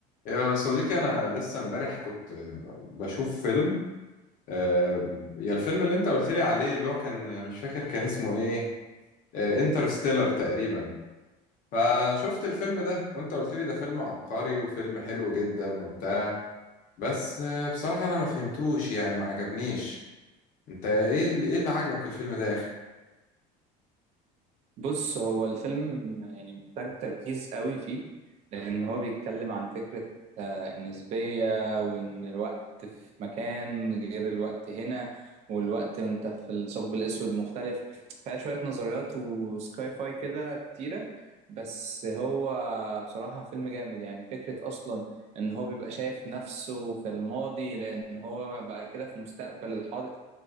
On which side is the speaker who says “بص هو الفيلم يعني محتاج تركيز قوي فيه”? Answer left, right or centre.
Right